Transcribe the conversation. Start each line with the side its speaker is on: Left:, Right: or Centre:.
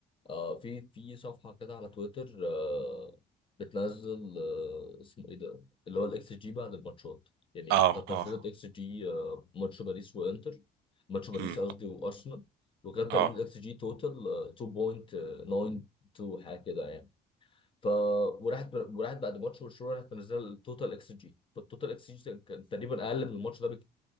Left: آه في في صفحة كده على تويتر آه بتنزل آه اسمه ايه ده اللي هو الاكس جي بعد الماتشات يعني
Right: اه
Left: كانت
Right: اه
Left: نزلت اكس جي آه ماتش باريس وانتر ماتش باريس
Right: امم
Left: قصدي وارسنال وكان تقريبا
Right: اه
Left: الاكس جي توتال 2.92 حاجة كده يعني ف وراحت وراحت بعد ماتش برشلونه راحت منزله التوتال اكس جي فالتوتال اكس جي كان تقريبا اقل من الماتش ده بك...